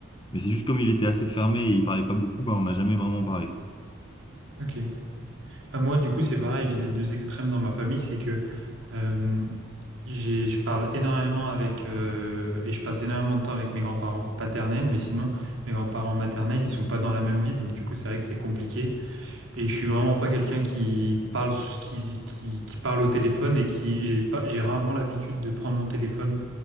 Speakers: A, on the left (about 25°); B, on the right (about 75°).
A: mais c'est juste comme il était assez fermé et il parlait pas beaucoup, bah on n'a jamais vraiment parlé.
B: Ok. Bah, moi, du coup, c'est pareil. J'ai les deux extrêmes dans ma famille. C'est que euh, j'ai, je parle énormément avec euh, et je passe énormément de temps avec mes grands-parents paternels, mais sinon, mes grands-parents maternels, ils sont pas dans la même ville. Donc du coup, c'est vrai que c'est compliqué. Et je suis vraiment pas quelqu'un qui parle qui, qui, qui parle au téléphone et qui j'ai pas j'ai rarement l'habitude de prendre mon téléphone